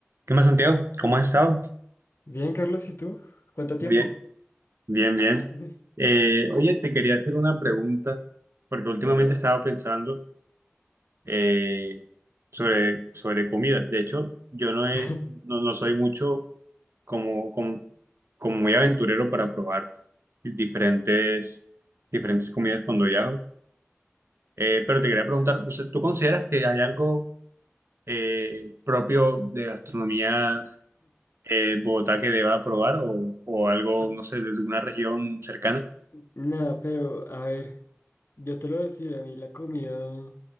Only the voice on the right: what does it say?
¿Qué más, Santiago? ¿Cómo has estado?
Bien, bien, bien.
Eh, oye, te quería hacer una pregunta, porque últimamente
estaba pensando eh, sobre, sobre comida. De hecho, yo no, he-
no, no soy mucho como, como, como muy aventurero para probar diferentes, diferentes comidas cuando viajo. Eh, pero te quería preguntar, o sea, ¿tú consideras que hay algo eh, propio de gastronomía? eh, Bogotá que deba probar o, o algo,
no sé, de alguna región cercana.